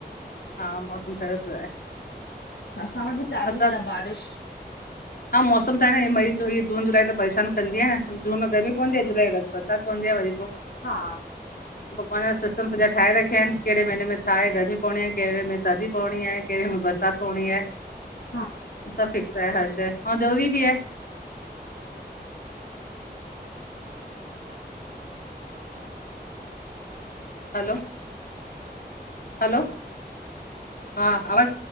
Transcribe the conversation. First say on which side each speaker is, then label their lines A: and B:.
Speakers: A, on the left; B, on the left.
A: हा मौसम ठयो पियो आहे।
B: असां वटि त चालू
A: असां
B: ई आ बारिश,
A: हा मौसम त आहे न इय मई जो इय जून जुलाई त परेशान कंदी आ न। जून में गर्मी पवंदी आ, जुलाई अगस्त बरसाति पवंदी आ वरी पो,
B: हा
A: भॻवान सिस्टम सॼा ठाहे रखिया आहिनि, कहिड़े महीने में छा आहे गर्मी पवणी आये, कहिड़े में सर्दी पवणी आहे, कहिड़े में बरसाति पवड़ी आहे।
B: हा।
A: सब फिक्स आहे हर शइ अउं ज़रूरी बि आहे। हलो हलो- हा आवाज़